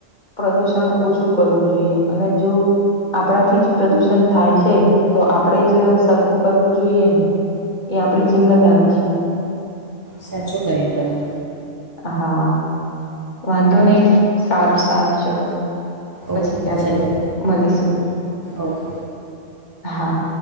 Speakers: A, on the left; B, on the right.
A: પ્રદુષણ ઓછું કરવું જોઈએ અને જો આપણાથી જ પ્રદુષણ થાય છે તો આપણેે જ સરખું કરવું જોઈએ ને એ આપડી જિમ્મેદારી છે
B: સાચું કહ્યું તમે
A: હા વાંધો નહી સારું સારું ચલો પછી
B: ઓકે
A: ક્યારે
B: ચલો
A: મળીશું
B: ઓકે
A: હા